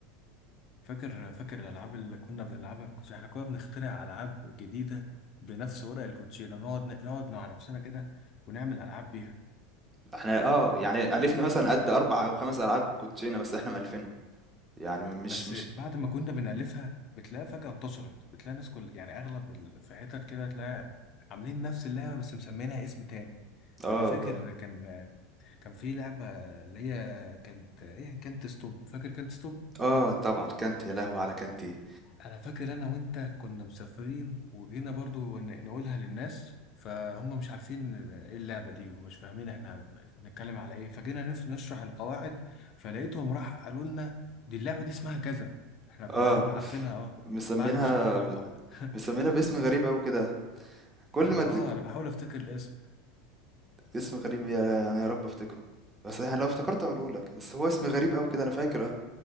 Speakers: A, on the left; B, on the right.
A: فاكر فاكر الالعاب اللي كنا بنلعبها بالكوتشينه احنا كنا بنخترع العاب جديده بنفس ورق الكوتشينه نقعد نقعد مع نفسنا كده ونعمل العاب بيها
B: إحنا آه، يعني ألِفنا مثلًا قد 4 أو 5 ألعاب كوتشينة بس إحنا مألِفينهم، يعني مش
A: بس
B: مش
A: بعد ما كنا بنالفها بتلاقي فجاه انتشرت بتلاقي ناس كل يعني اغلب ال- في حتت كده تلاقي عاملين نفس اللعبه بس مسمينها اسم تاني
B: آه
A: انا فاكر
B: ده
A: كان كان في لعبه اللي هي كانت هي كانت ستوب فاكر كانت ستوب
B: آه طبعًا كانتي، يا لهوي على كانتي!
A: انا فاكر انا وانت كنا مسافرين وجينا برضو ن- نقولها للناس فهم مش عارفين ايه اللعبة دي ومش فاهمين احنا بنتكلم على ايه فجينا نف- نشرح القواعد فلقيتهم راح قالوا لنا دي اللعبة دي اسمها كذا احنا بنلعبها
B: آه،
A: عارفينها اه
B: مسميينها
A: بعد ما شرحنا القواعد <laughs>
B: مسميينها باسم غريب أوي كده، كل
A: يعني
B: ما
A: اه
B: ت
A: انا بحاول افتكر الاسم
B: اسم غريب يا يعني يا رب أفتكره، بس أنا لو افتكرت هاقوله لك، بس هو اسم غريب أوي كده أنا فاكر